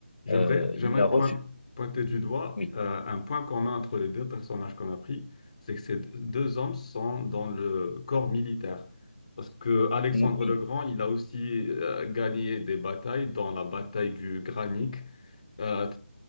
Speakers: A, on the left; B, on the left.
A: J'aimerais,
B: Euh,
A: j'aimerais
B: il a refusé.
A: point- pointer du doigt
B: Oui,
A: euh, un point commun entre les deux personnages qu'on a pris, c'est que ces deux hommes sont dans le corps militaire. Parce que Alexandre
B: oui,
A: le Grand, il a aussi euh, gagné des batailles, dans la bataille du Granik, euh,